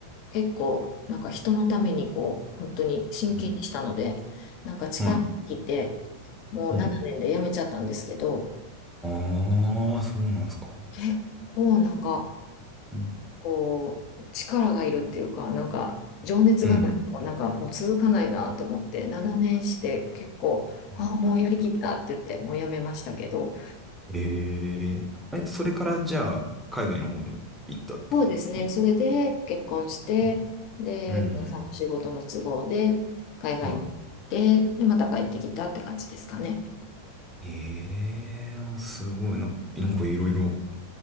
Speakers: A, on the left; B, in the centre.
A: 結構なんか人のためにこう本当に真剣にしたので、
B: うん。
A: なんか力尽きて、
B: は
A: もう7年で辞めちゃったんですけど、
B: い。うん。ああ、そうなんすか。
A: 結構なんか、
B: うん。
A: こう、力がいるっていうか、なんか、情熱がないと、
B: うん。
A: なんかもう続かないなと思って、7年して結構、
B: うんなるほど
A: ああ、もうやりきったって言って、もうやめましたけど、
B: へえ。え、それからじゃあ、海外の方に行ったってことなんですか
A: そうですね、それで結婚して、
B: うん。
A: で、
B: うんうん
A: 旦那さんの仕事の都合で、海外に行って、
B: は
A: で、また帰ってきたって感じですかね。
B: い。へえ、すごいな。なんかいろいろ
A: うん